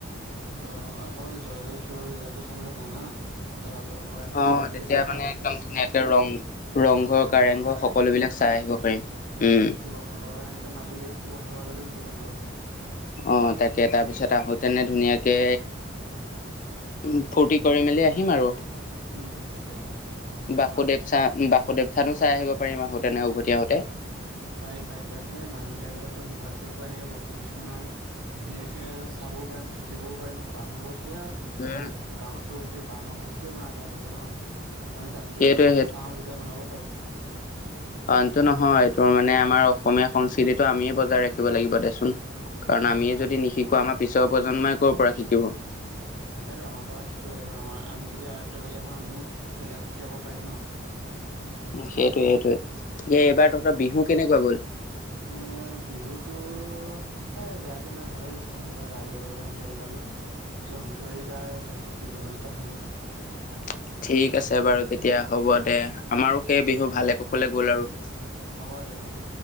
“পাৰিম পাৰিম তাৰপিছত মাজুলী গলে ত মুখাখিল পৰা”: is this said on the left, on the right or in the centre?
Right